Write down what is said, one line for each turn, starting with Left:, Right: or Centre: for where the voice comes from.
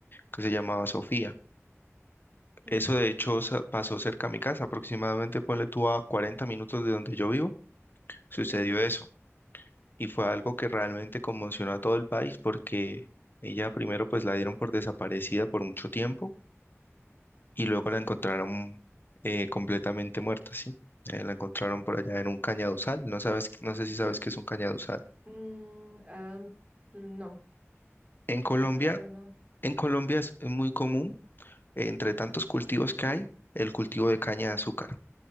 Left: que se llamaba Sofía. Eso
Right: ok.
Left: de hecho sa- pasó cerca a mi casa, aproximadamente ponle tú a 40 minutos de donde yo vivo, sucedió
Right: Mm,
Left: eso. y fue algo que realmente conmocionó a todo el país porque ella primero pues la dieron por desaparecida por mucho tiempo y luego la encontraron eh, completamente muerta, ¿sí? Eh, la encontraron por allá en un cañaduzal, no sabes, no sé si sabes qué es un cañaduzal.
Right: Mm, ah, no,
Left: En Colombia,
Right: la palabra no.
Left: en Colombia es muy común, eh, entre tantos cultivos que hay, el cultivo de caña de azúcar,